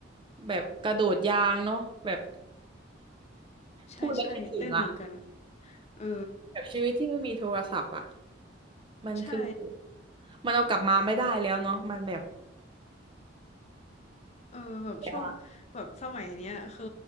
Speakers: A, on the right; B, on the left.
A: แบบกระโดดยางเนาะแบบ
B: ใช่ใช่เล่นเหมือนกัน
A: พูดแล้วคิดถึงอ่ะ
B: เออ
A: แบบชีวิตที่ไม่มีโทรศัพท์อ่ะ มันคือ
B: ใช่
A: มันเอากลับมาไม่ได้แล้วเนาะมันแบบ
B: เออแบบช่วง
A: แล้วอ่ะ
B: แบบสมัยเนี้ยคือ